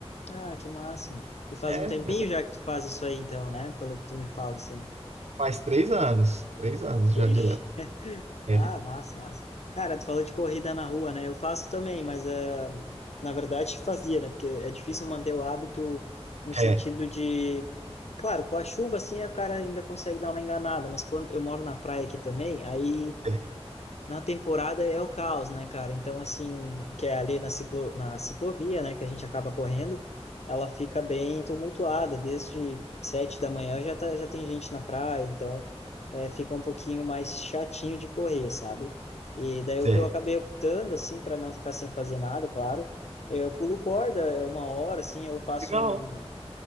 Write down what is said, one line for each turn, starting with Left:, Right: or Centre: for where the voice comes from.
Left: Ah, que máximo. E faz
Right: é
Left: um tempinho já que tu faz isso aí, então, né? Pelo que tu me fala, assim.
Right: Faz três anos. Três anos já
Left: Ixi.
Right: direto. É,
Left: Ah, massa, massa. Cara, tu falou de corrida na rua, né? Eu faço também, mas eh, na verdade <laughs> fazia, né? Porque é difícil manter o hábito no sentido
Right: é,
Left: de. Claro, com a chuva assim o cara ainda consegue dar uma enganada, mas quando eu moro na praia aqui também, aí
Right: é.
Left: na temporada é o caos, né, cara? Então, assim, que é ali na, ciclo, na ciclovia, né, que a gente acaba correndo, ela fica bem tumultuada. Desde sete da manhã já, tá, já tem gente na praia, então é, fica um pouquinho mais chatinho de correr, sabe? E daí o
Right: é.
Left: que eu acabei optando, assim, para não ficar sem fazer nada, claro, eu pulo corda, é uma hora, assim, eu faço
Right: Legal.
Left: um,